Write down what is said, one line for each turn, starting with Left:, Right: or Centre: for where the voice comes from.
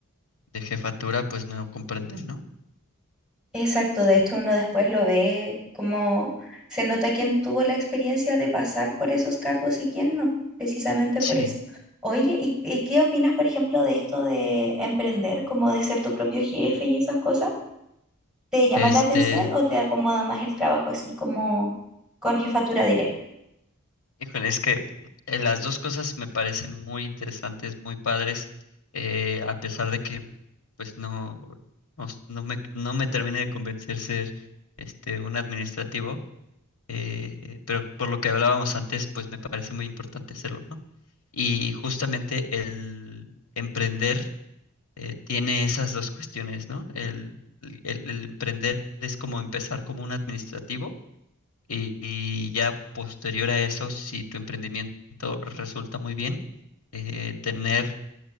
Left: de jefatura pues no comprenden, ¿no?
Centre: Exacto, de hecho uno después lo ve como se nota quién tuvo la experiencia de pasar por esos cargos y quién no, precisamente
Left: Sí,
Centre: por eso. Oye, ¿y, y qué opinas, por ejemplo, de esto de emprender, como de ser tu propio jefe y esas cosas? ¿Te llama
Left: este,
Centre: la atención o te acomoda más el trabajo así como con jefatura directa?
Left: Híjole, es que eh, las dos cosas me parecen muy interesantes, muy padres, eh, a pesar de que pues no, no, s- no me, no me termine de convencer ser este, un administrativo, eh, pero por lo que hablábamos antes, pues me parece muy importante serlo, ¿no? Y justamente el emprender eh, tiene esas dos cuestiones, ¿no? El, el el emprender es como empezar como un administrativo y, y ya posterior a eso, si tu emprendimiento resulta muy bien, eh, tener